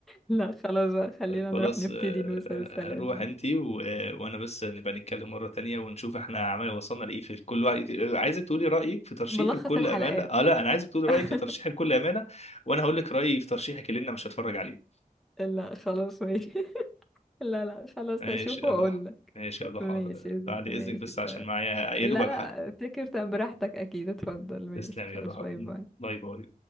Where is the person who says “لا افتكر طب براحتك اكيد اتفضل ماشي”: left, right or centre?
Centre